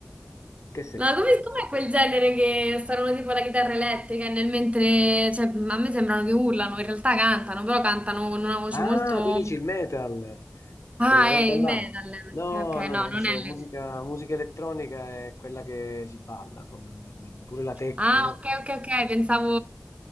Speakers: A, on the left; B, on the right.
A: in che senso?
B: Ma come, com'è quel genere che suonano tipo la chitarra elettrica e nel mentre, cioè, a me sembrano che urlano, in realtà cantano, però cantano con una voce
A: Ah,
B: molto...
A: tu dici il metal,
B: Ah,
A: quella roba
B: è il
A: là.
B: metal.
A: No,
B: Ok, ok,
A: no,
B: no,
A: no, io dicevo
B: non è
A: musica,
B: l'elettronica.
A: musica elettronica è quella che si balla fondamentalmente, pure la techno,
B: Ah,
A: no?
B: ok, ok, ok, pensavo...